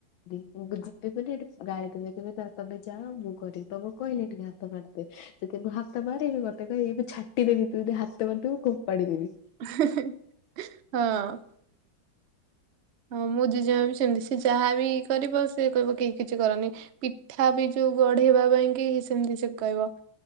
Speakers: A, on the left (about 80°); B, on the right (about 85°).
A: ମୁଁ ଯିବି ମାନେ ସେଠି ଗାଳି କରିବେ କହିବେ ତମେ ଯାଅ ମୁଁ କରିବି ତମକୁ କହିଲି ଟିକେ ହାତ ମାରିଦେ। ଯଦି ମୁଁ ହାତ ମାରିବି ମତେ କହିବେ ମୁଁ ଛାଟିଦେବି ଯଦି ତୁ ହାତ ମାରିଥିବୁ ଫୋପାଡ଼ିଦେବି।
B: ହେ ହେ ହଁ। ହଁ, ମୋ ଜେଜେମା ବି ସେମତି ସେ ଯାହା ବି କରିବ ସେ କହିବ କେହି କିଛି କରନି। ପିଠା ବି ଯୋଉ ଗଢ଼ିବା ପାଇଁ କି ସେମିତି ସେ କହିବ।